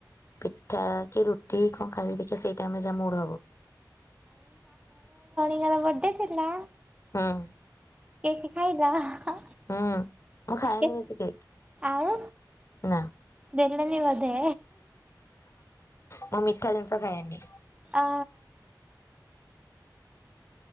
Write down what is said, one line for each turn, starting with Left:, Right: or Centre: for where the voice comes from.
Left: ପିଠା କି ରୁ କିଏ କଣ ଖାଇବ, ଦେଖିଆ ସେଇ ଟାଇମ୍ ରେ ଯାହା ମୁଡ୍ ହବ।
Right: ପିଲାର ବଡେ ଥିଲା,
Left: ହୁଁ
Right: କେକ ଖାଇଲ? ହଁ
Left: ହୁଁ ମୁଁ ଖାଏନି
Right: ଏ
Left: ବେଶୀ କେକ୍
Right: ଆଉ
Left: ନା
Right: ଦେଲେନି ଦେ
Left: ମୁଁ ମିଠା ଜିନିଷ ଖାଏନି।
Right: ଅ